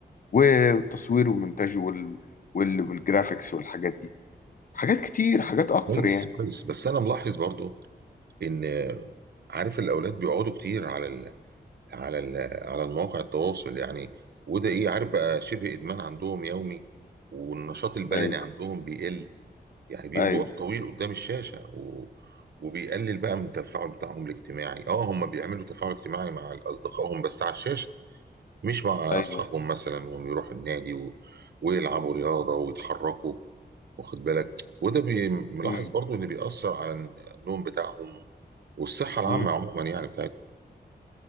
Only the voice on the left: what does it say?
والتصوير والمونتاج وال... وال... والجرافيكس والحاجات دي حاجات كتير حاجات أكتر
يعني
أيوه
أيوه
أيوه
مم.
مم.